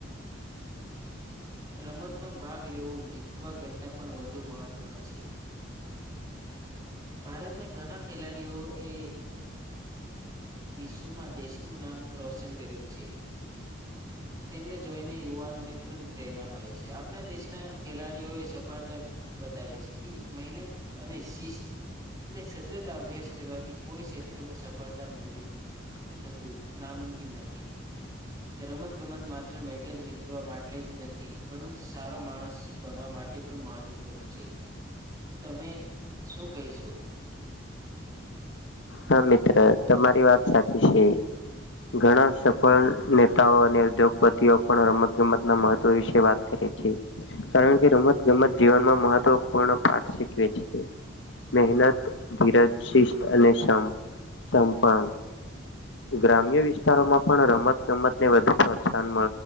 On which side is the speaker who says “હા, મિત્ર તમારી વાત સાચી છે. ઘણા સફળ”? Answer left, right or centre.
Left